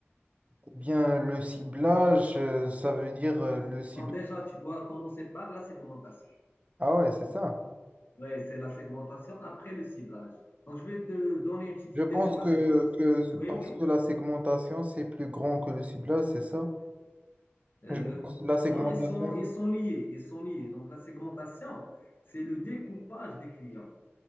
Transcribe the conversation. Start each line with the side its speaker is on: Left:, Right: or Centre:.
Right: Eh bien, le ciblage, euh, ça veut dire euh, le ciblage.
Left: Donc déjà, tu dois commencer par la segmentation.
Right: Ah ouais, c'est ça.
Left: Oui, c'est la segmentation après le ciblage. Donc, je vais te donner une petite
Right: Je
Left: idée
Right: pense
Left: sur la
Right: que,
Left: segmentation.
Right: que parce
Left: Oui, oui.
Right: que la segmentation, c'est plus grand que le ciblage, c'est ça?
Left: Euh,
Right: Je pense que la segmentation,
Left: non, ils sont, ils sont liés. Ils sont liés. Donc, la segmentation, c'est le découpage des clients.